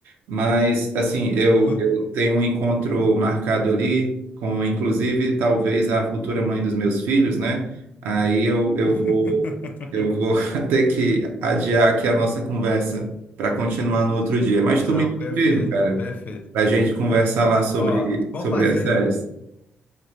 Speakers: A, on the right (about 80°); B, on the left (about 50°).
A: Mas assim, eu,
B: O-
A: eu
B: o-
A: tenho um encontro marcado ali com, inclusive, talvez a futura mãe dos meus filhos, né? Aí eu, eu vou
B: <laughs>
A: eu vou <laughs> ter que adiar aqui a nossa conversa para continuar no outro dia. Mas
B: Não,
A: tu me liga
B: perfeito,
A: mesmo, cara,
B: perfeito.
A: para a gente conversar lá sobre
B: Ó, vamos
A: sobre
B: fazer.
A: as séries.